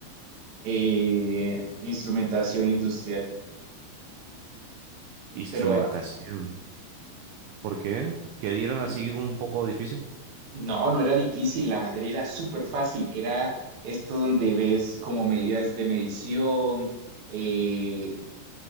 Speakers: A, on the right; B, on the right.
A: Eh, instrumentación industrial,
B: Instrumentación.
A: pero...
B: ¿Por qué? Que dieron
A: mm,
B: así un poco difícil.
A: No, no era difícil, la materia era súper fácil, era esto donde ves como medidas de medición, eh,